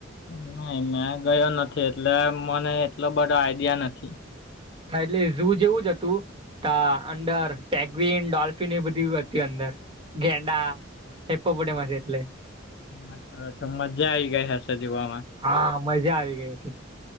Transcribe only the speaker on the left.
નાઈ. મેં ગયો નથી એટલે મને એટલો બધો આઈડિયા નથી.
હા તો તો મજા આઈ ગઈ હશે જોવામાં.